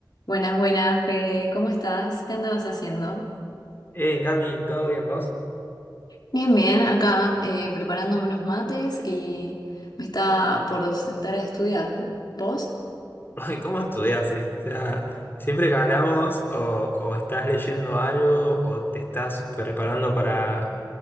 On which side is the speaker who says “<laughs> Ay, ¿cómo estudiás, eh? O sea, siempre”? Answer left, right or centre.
Left